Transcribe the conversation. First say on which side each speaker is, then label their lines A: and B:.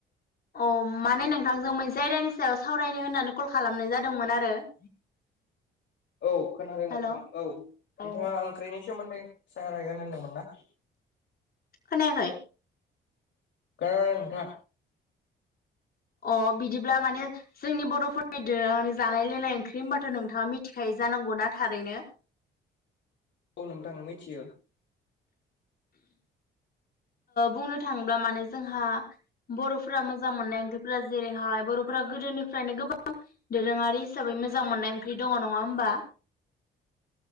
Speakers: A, on the left; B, on the left.
A: अ माने नों आंज मोनसे आयदानि सायाव सावरायनो होननानै कल खालामनाय जादोंमोन आरो। <inaudible>
B: औ खोनादों नोंथां
A: हेल'
B: औ नोंथाङा
A: औ
B: ओंख्रिनि <unintelligible>
A: खोनायाखै
B: गानोथां।
A: अ बिदिब्ला माने। जोंनि बरफोरनि जानाय लोंनाय ओंख्रि होनबाथ नोंथाङा मिथिखायो जानांगौना थारैनो।
B: औ नोंथां मिथियो।
A: बुंनो थाङोब्ला माने जोंहा बरफोरा मोजां मोननाय ओंख्रिफोरा जेरैहाय बरफोरा गोदोनिफ्रायनो गोबां दोरोङारि हिसाबै मोजां मोननाय ओं। ओंख्रि दङ नङा होमबा